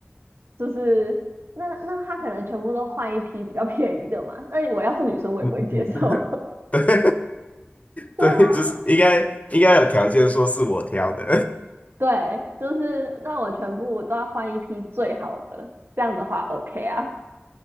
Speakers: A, on the right; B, on the left.
A: 就是那那他可能全部都换一批比较便宜的嘛。那我要是女生，我也不会接受。
B: 嗯嗯 <laughs>
A: <laughs> 对啊，
B: 对，就是应该应该有条件说是我挑的，
A: 对，就是那我全部都要换一批最好的，这样的话 OK 啊。